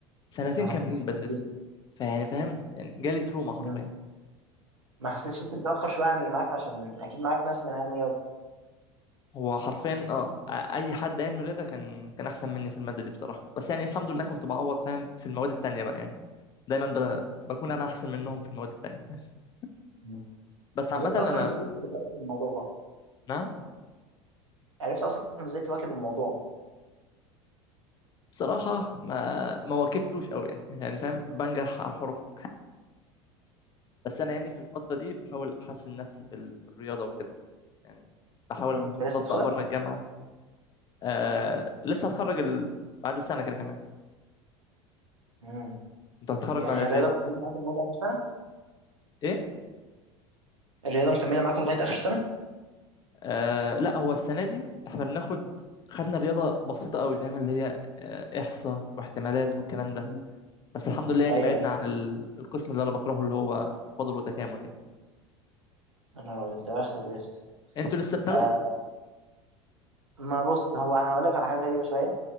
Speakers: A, on the left; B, on the right.
A: سنتين
B: نهار
A: كاملين
B: أبيض ساعتين
A: بدرسه فيعني فاهم يعني جالي تروما حرفيا
B: مم. ما حسيتش أنت متأخر شوية عن اللي معاك عشان أكيد معاك ناس من علم الرياضة
A: هو حرفيا اه اي حد علم رياضه كان كان احسن مني في الماده دي بصراحه بس يعني الحمد لله كنت بعوض فاهم في المواد التانية بقى يعني دايما ب... بكون انا احسن منهم في المواد التانية <laughs>
B: مم.
A: بس عامه
B: عرفت
A: انا
B: أصلا إزاي تواكب الموضوع
A: نعم
B: عرفت أصلا إزاي تواكب الموضوع
A: بصراحه ما ما واكبتوش قوي يعني يعني فاهم بنجح على الحروق بس انا يعني في الفتره دي بحاول احسن نفسي في ال- في الرياضه وكده يعني بحاول
B: مم.
A: اخد
B: أنت
A: كورسات
B: لسه بتاخدها؟
A: بقى بره الجامعه آه لسه هتخرج ال... بعد السنه كده كمان
B: مم.
A: انت هتتخرج
B: يعني
A: بعد
B: هي
A: قد
B: الرياضة
A: ايه
B: مكملة معاكم لغاية آخر سنة؟
A: ايه
B: الرياضة مكملة معاكم لغاية آخر سنة؟
A: آه لا هو السنه دي احنا بناخد خدنا رياضه بسيطه قوي فاهم اللي هي آه احصاء واحتمالات والكلام ده
B: مم.
A: بس الحمد لله يعني
B: أيوه
A: بعدنا عن ال... القسم اللي انا بكرهه اللي هو تفاضل وتكامل يعني
B: يا نهار أبيض ده بختك بجد
A: انتوا لسه بتاخدوا
B: آه ما بص هو هقول لك على حاجة غريبة شوية